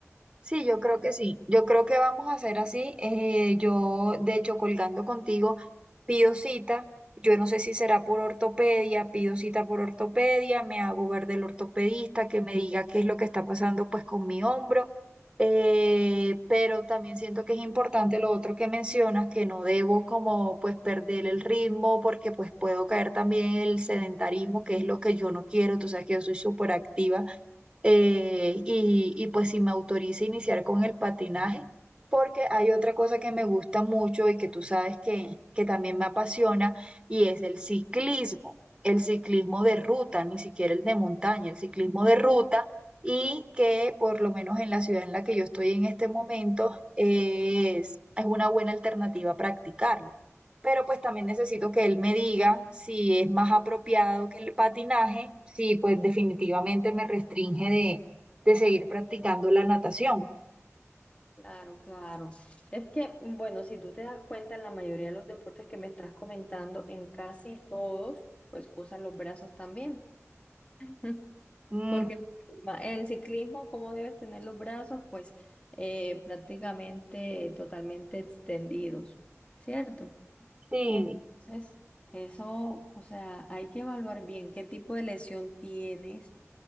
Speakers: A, on the right; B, on the left.
A: Sí, yo creo que sí. Yo creo que vamos a hacer así. Eh, yo, de hecho, colgando contigo, pido cita. Yo no sé si será por ortopedia, pido cita por ortopedia, me hago ver del ortopedista que me diga qué es lo que está pasando pues con mi hombro. Eh, pero también siento que es importante lo otro que mencionas, que no debo como pues perder el ritmo porque pues puedo caer también en el sedentarismo, que es lo que yo no quiero. Tú sabes que yo soy súper activa eh, y, y pues si me autoriza iniciar con el patinaje, porque hay otra cosa que me gusta mucho y que tú sabes que, que también me apasiona y es el ciclismo, el ciclismo de ruta, ni siquiera el de montaña, el ciclismo de ruta y que por lo menos en la ciudad en la que yo estoy en este momento es, es una buena alternativa practicarlo pero pues también necesito que él me diga si es más apropiado que el patinaje, si pues definitivamente me restringe de, de seguir practicando la natación.
B: Claro, claro. Es que, mm, bueno, si tú te das cuenta, en la mayoría de los deportes que me estás comentando, en casi todos, pues usan los brazos también. <laughs>
A: Mm,
B: Porque en ciclismo, ¿cómo debes tener los brazos? Pues eh, prácticamente totalmente extendidos, ¿cierto?
A: sí,
B: Entonces, eso, o sea, hay que evaluar bien qué tipo de lesión tienes